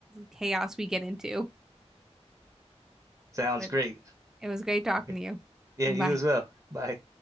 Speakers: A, in the centre; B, on the right.
A: chaos we get into.
B: Sounds
A: But
B: great.
A: It was great talking
B: <laughs>
A: to you.
B: Yeah,
A: Bye.
B: you as well. Bye.